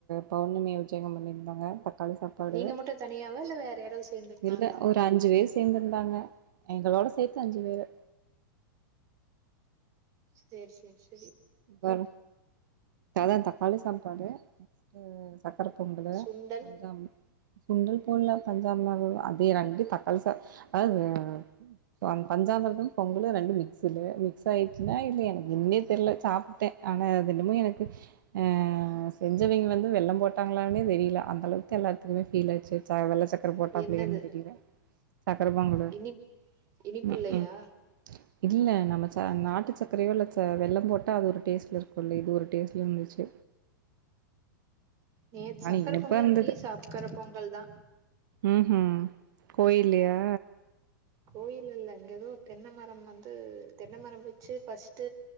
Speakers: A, on the right; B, on the right.
A: பௌர்ணமி விஜேகம் பண்ணியிருந்தாங்க ப க்காளி சாப்பாடு
B: நீங்க மட்டு தனியாவா இல்ல வேற யாராவது சேந்துருக்காங்களா
A: இல்ல ஒரு அஞ்சு வேர் சேர்ந்திருந்தாங்க எங்களோட செத்து அஞ்சு பேரு
B: சேர் சேர் சே
A: வற அதா தக்காளி சாப்பாடு ஹ்ம் சக்கர பொங்கல்
B: சுண்டல்
A: பஞ்சாம் சுண்டல் போடல பஞ்சாமர்த அதே ரண்டு தக்காளி சா அதாவ்து அ ப பஞ்சாமிர்தம் பொங்கல் ரண்டு மிக்ஸல் மிக்ஸ் ஆயிச்சுன்னா இல்ல எனக்கு என்னனே தெர்ல சாப்ட்டே ஆனா அதென்னமோ எனக்கு அ செஞ்சவெங்க வந்து வெள்ளம் போட்டாங்களானே தெரியல அந்தளவுக்கு எல்லாத்துக்குமே ஃபீல் ஆயிருச்சு ச வெள்ள சக் சக்கர போட்டாப்ளயான்
B: என்னது
A: தெரியல சக்கர பொங்கலு
B: இனிப் இனிப்பில்லையா
A: உம் உம் இல்ல நம்ம ச நாட்டு சக்கரையோ இல்ல ச வெள்ளம் போட் டா அது ஒரு டேஸ்ட்ல இருக்குல்லெ இது ஒரு டேஸ்ட்ல இருந்துச்சு
B: நேத்து
A: ஆனா
B: சக்கர
A: இனிப்பா
B: பொங்கல்
A: இருந்துது
B: இங்கேயு சக்கர பொங்கல் தா
A: ம்ஹும் கோயிலயா
B: கோயில்ல இல்ல இங்க எதோ தென்னமரம் வந்து தென்னைமரம் வச்சு ஃபர்ஸ்ட்